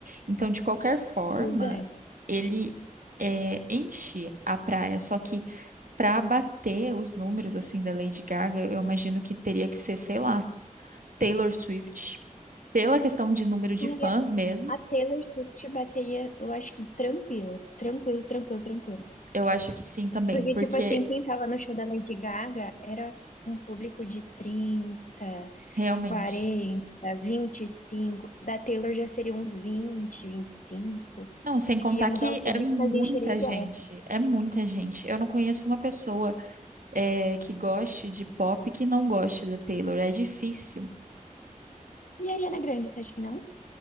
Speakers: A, on the right (about 80°); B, on the left (about 70°).
A: Então, de qualquer forma,
B: Pois é.
A: ele é, enche a praia, só que para bater os números assim da Lady Gaga, eu imagino que teria que ser, sei lá, Taylor Swift. Pela questão de número de
B: Ai,
A: fãs mesmo,
B: A Taylor Swift bateria, eu acho que tranquilo, tranquilo, tranquilo, tranquilo.
A: eu acho que sim também,
B: Porque,
A: porque
B: tipo assim, quem tava no show da Lady Gaga era um público de trinta,
A: realmente.
B: quarenta, vinte e cinco Da Taylor já seria uns 20, 25.
A: Não, sem contar
B: Ia mudar
A: que
B: o público,
A: é muita
B: mas encheria igual.
A: gente, é muita gente. Eu não conheço uma pessoa eh, que goste de pop que não goste da Taylor, é difícil.
B: E a Ariana Grande, você acha que não?